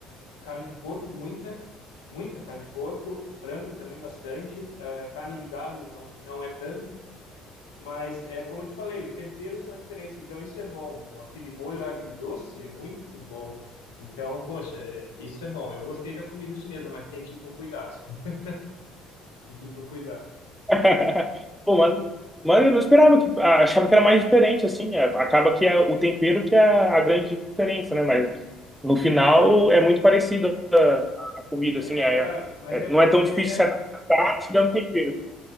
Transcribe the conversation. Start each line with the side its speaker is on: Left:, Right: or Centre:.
Left: carne de porco, muita, muita carne de porco, frango também bastante, eh, carne de gado não, não é tanto, mas é como eu te falei, os temperos são diferentes, então isso é bom. O- Aquele molho agridoce é muito bom. Então, poxa, é, isso é bom. Eu gostei da comida chinesa, mas tem que ir com cuidado. <laughs> Tem que ir com cuidado.
Centre: <laughs> Pô, mas, mas eu não esperava que ah, achava que era mais diferente assim. é, acaba que é o tempero que é a grande diferença, né? Mas no final
Left: É,
Centre: é muito parecido a, a comida
Left: é,
Centre: assim, é,
Left: cara, mas
Centre: é-
Left: é
Centre: não
Left: porque
Centre: é tão difícil
Left: é,
Centre: se adaptar tirando tempero.